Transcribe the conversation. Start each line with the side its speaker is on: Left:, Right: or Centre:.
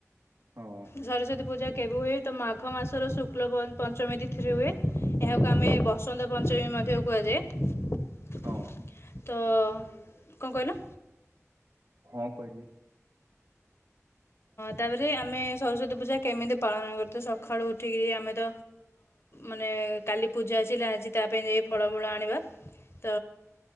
Right: ହଁ
Left: ସରସ୍ଵତୀ ପୂଜା କେବେ ହୁଏ ତ ମାଘ ମାସର ଶୁକ୍ଳ ପ- ପଞ୍ଚମୀ ତିଥିରେ ହୁଏ ଏହାକୁ ଆମେ ବସନ୍ତ ପଞ୍ଚମୀ ମଧ୍ୟ କୁହାଯାଏ
Right: ହଁ
Left: ତ କଣ କହିଲ
Right: ହଁ କହିଲି
Left: ତାପରେ ଆମେ ସରସ୍ଵତୀ ପୂଜା କେମିତି ପାଳନ କରୁଛୁ ସକାଳୁ ଉଠିକି ଆମେ ତ ମାନେ କାଲି ପୂଜା ଆସିଲା ଆଜି ତା ପାଇଁ ଯାଇ ଫଳ ଫୂଳ ଆଣିବା ତ